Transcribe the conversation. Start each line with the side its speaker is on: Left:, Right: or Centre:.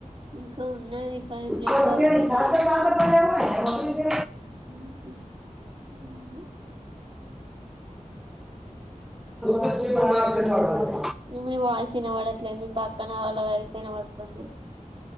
Right: ఇంకా ఉన్నది
Centre: ని
Right: ఫైవ్
Centre: చల్
Right: మినిట్స్
Centre: కాగ
Right: వరకి
Centre: <unintelligible> అ <unintelligible>
Right: <unintelligible>
Centre: ర శివ మా <unintelligible>
Right: మీ మీ వాయిసు విన పడట్లేదు మీ పక్కన వాళ్ళ వాయిస్ విన పడుతుంది